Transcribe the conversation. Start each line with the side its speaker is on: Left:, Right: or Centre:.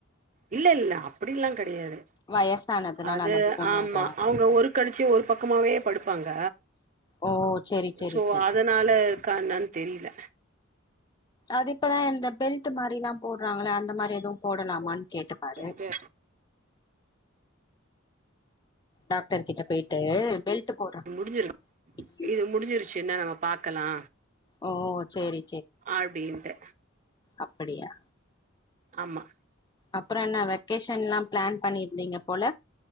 Right: இல்லெல்ல அப்டில்லா கெடையாது
Left: வயசானதுனால
Right: அது
Left: அந்த போனு
Right: ஆமா
Left: இதா
Right: அவுங்க ஒரு கலுச்சி ஒரு பக்கமாவே படுப் இருப்பாங்க
Left: ஓ செரி செரி
Right: சோ
Left: செரி
Right: அதனால க்கா என்னனு தெரியல
Left: அது இப்பதா இந்த பெல்ட் மாரியெல்லா போடுறாங்கள அந்த மாரி எதுவு போடலாமான் கேட்டுப் பாரு
Right: சொல்லிட்டு
Left: டாக்டர் கிட்ட போயிட்டு பெல்ட் போடுற
Right: இம் முடிஞ்சிரும்
Left: ம்
Right: இது முடிஞ்சிருச்சினா நம்ம பாக்கலா
Left: ஓ சேரி
Right: அப்டின்டு
Left: அப்புடியா
Right: ஆமா
Left: அப்பறோ என்ன வெக்கேஷன்லா பிளான் பண்ணிர்ந்திங்க போல